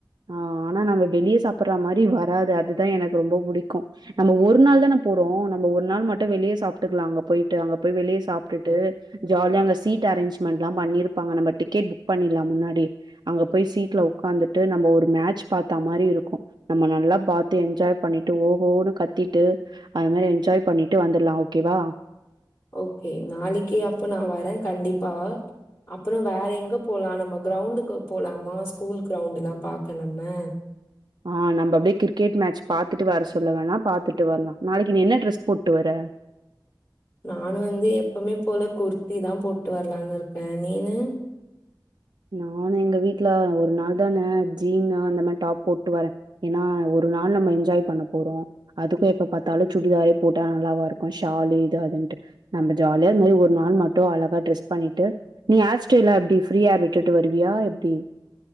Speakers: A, on the right; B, on the left.
A: ஆ ஆனா நாங்க வெளியே சாப்பிடுற மாரி வராது அதுதா எனக்கு ரொம்ப புடிக்கு நம்ம ஒரு நாள் தானே போறோ நம்ம ஒரு நாள் மட் டு வெளிய சாப்புட்டுக்கலா அங்க போயிட்டு அங்க போய் வெளிய சாப்ட்டுட்டு ஜாலியா அங்க சீட் அரேஞ்ச்மென்ட் எல்லா பண்ணி இருப்பாங்க நம்ம டிக்கெட் புக் பண்ணிடலா முன்னாடி அங்க போய் சீட்ல உக்கா வந்துட்டு நம்ம ஒரு மேட்ச் பாத்த மாரி இருக்கு நம்ம நல்லா பாத்து என்ஜாய் பண்ணிட்டு ஓஹோன்னு கத்தி ட்டு அது மாரி என்ஜாய் பண்ணிட்டு வந்தரலா ஓகேவா
B: ஓகே நாளைக்கி அப்போ நா வரே கண்டிப்பா அப்புறோ வேற எங்க போலா நம்ம கிரவுண்டுக்கு போலாமா ஸ்கூல் கிரவுண்ட் எல்லா பாக்க நம்ம
A: ஆ நம்ம அப்டியே கிரிக்கெட் மேட்ச் பாத்துட்டு வர சொல்ல வேணா பாத்துட்டு வரலா நாளைக்கி நீ என்ன டிரஸ் போட்டு வர்ற
B: நானு வந்து எப்பவுமே போல குர்த்தி தா போட்டு வரலான்னு இருக்கே நீனு
A: நானு எங்க வீட்டு்ல ஒரு நாள் தானே ஜீன் அந்த மாரி டாப் போட்டு வரே ஏன்னா ஒ ரு நாள் நம்ம என்ஜாய் பண்ண போறோ அதுக்கு எப்ப பாத்தாலு சுடிதாரே போட்டா நல்லாவா இருக்கு ஷாலு இது அதுனு ண்டு நம்ம ஜாலிய இந்த மாரி ஒரு நாள் மட்டு அழகா டிரஸ் பண்ணிட்டு நீ ஹேர் ஸ்டைல் எல்லா எப்டி ஃப்ரீ ஹேர் விட் டுட்டு வருவியா எப்டி